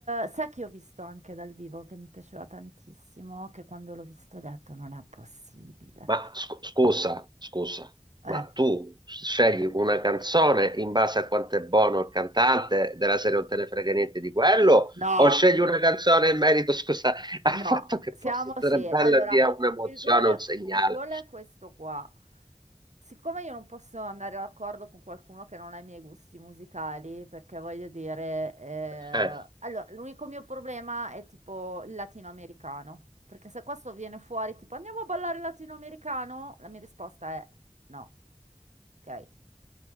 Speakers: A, on the right (about 70°); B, on the right (about 35°).
A: sai che ho visto anche dal vivo che mi piaceva tantissimo, che quando l'ho visto ho detto non è possibile.
B: Ma sc- scusa, scusa,
A: Eh,
B: ma tu scegli una canzone in base a quanto è buono il cantante della serie non te ne frega niente di quello,
A: No,
B: o scegli
A: Forse?
B: una canzone in merito, <laughs> scusa, al
A: no,
B: fatto che
A: siamo
B: possa essere
A: seri.
B: bella
A: Allora,
B: e dia un'emozione,
A: il gol,
B: un segnale?
A: il gol è questo qua. Siccome io non posso andare d'accordo con qualcuno che non ha i miei gusti musicali, perché voglio dire, eh,
B: Eh,
A: allora, l'unico mio problema è tipo il latinoamericano. Perché se questo viene fuori tipo andiamo a ballare latinoamericano, la mia risposta è no. Ok.